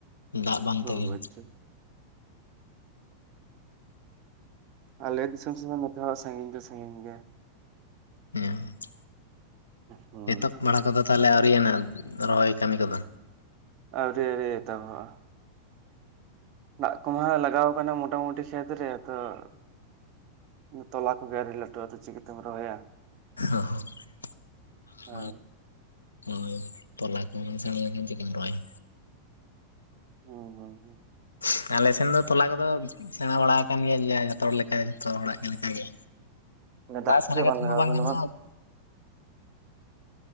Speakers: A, on the left; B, on the right.
A: ᱫᱟᱜ ᱵᱟᱝ ᱛᱮᱜᱮ,
B: ᱚ ᱟᱪᱪᱷᱟ ᱟᱞᱮ ᱫᱤᱥᱚᱢ ᱥᱮᱱ ᱦᱚᱸ ᱢᱤᱫ ᱦᱚᱲᱟᱜ ᱥᱟᱺᱜᱤᱧ ᱫᱚ ᱥᱟᱺᱜᱤᱧ ᱜᱮᱭᱟ
A: ᱮᱦᱮᱢᱼᱪᱟᱜ
B: ᱦᱩᱸ
A: ᱮᱛᱚᱦᱚᱵ ᱵᱟᱲᱟ ᱠᱚᱫᱚ ᱛᱟᱦᱚᱞᱮ ᱟᱹᱣᱨᱤ ᱭᱟᱱᱷᱟᱦ ᱨᱚᱦᱚᱭ ᱠᱟᱹᱢᱤ ᱠᱚᱫᱚ?
B: ᱟᱳᱨᱤ ᱟᱳᱨᱤ ᱮᱛᱚᱦᱚᱵᱼᱟ ᱫᱟᱜ ᱠᱚᱢᱟ ᱞᱟᱜᱟᱣ ᱟᱠᱟᱱᱟ ᱢᱚᱴᱟ ᱢᱩᱴᱤ ᱠᱷᱮᱛ ᱨᱮ ᱦᱟᱸᱻ ᱛᱚᱞᱟ ᱠᱚ ᱜᱮ ᱟᱹᱣᱨᱤ ᱞᱟᱹᱴᱩᱜᱼᱟ ᱛᱚ ᱪᱤᱠᱟ ᱛᱮᱢ ᱨᱚᱦᱚᱭᱟ ᱾
A: <inaudible>
B: ᱦᱳᱭ
A: ᱦᱳᱭ ᱛᱚᱞᱟ ᱠᱚ ᱥᱮᱸᱬᱟ ᱞᱮᱠᱷᱟᱱ ᱪᱤᱠᱟᱹᱢ ᱨᱚᱦᱚᱭᱟ
B: ᱦᱩᱸ ᱦᱩᱸ ᱦᱩᱸ,
A: <unintelligible> ᱟᱞᱮ ᱥᱮᱱ ᱫᱚ ᱛᱚᱞᱟ ᱠᱚᱫᱚ ᱥᱮᱸᱬᱟ ᱵᱟᱲᱟ ᱟᱠᱟᱱ ᱜᱮᱭᱟ ᱡᱮ ᱡᱷᱚᱛᱚ ᱦᱚᱲ ᱞᱮᱠᱟ ᱡᱷᱚᱛᱚ ᱦᱚᱲᱟᱜ ᱞᱮᱠᱟ ᱜᱮ
B: ᱚᱱᱮ
A: ᱞᱟᱥ
B: ᱫᱟᱜ ᱠᱚᱜᱮ
A: ᱢᱚᱱᱮ ᱠᱟᱛᱮ
B: ᱞᱟᱜᱟᱣ
A: ᱢᱟ ᱵᱟᱝ
B: ᱠᱟᱱᱟ
A: ᱜᱟᱱᱚᱜᱼᱟ <inaudible>